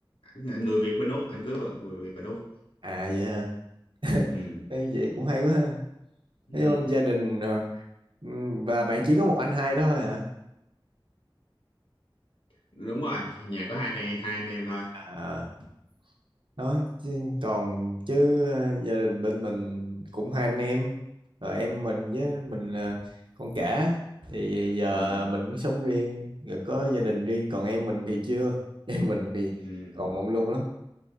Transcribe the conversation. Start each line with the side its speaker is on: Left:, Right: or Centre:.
Left: Ng- người Việt bên Úc ảnh cưới vợ người Việt bên Úc
Right: à vậy hả <laughs>
Left: ừ
Right: Ê, vậy cũng hay quá ha
Left: ừ
Right: Thấy không? Gia đình ờ, ừm, và bạn chỉ có một anh hai đó thôi hả?
Left: đúng rồi nhà có hai anh em hai anh em thôi
Right: À, đó chứ còn chứ ờ, gia đình bên mình cũng hai anh em rồi em mình với mình là con cả thì giờ
Left: ừ
Right: mình cũng sống riêng rồi có gia đình riêng còn em mình thì chưa <laughs> em mình thì
Left: ừ
Right: còn mông lung lắm